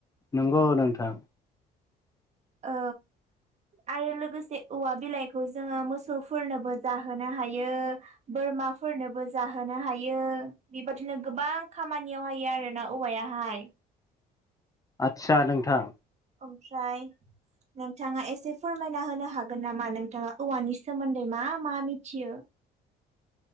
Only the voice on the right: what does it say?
औ आरो लोगोसे औवा बिलाइखौ जोङो मोसौफोरनोबो जाहोनो हायो बोरमा माफोरनोबो जाहोनो हायो बेबादिनो गोबां खामानियाव हायो आरोना औवायाहाय
ओमफ्राय नोंथाङा एसे फोरमायना होनो हागोन नामा नोंथाङा औवानि सोमोन्दै मा मा मिथियो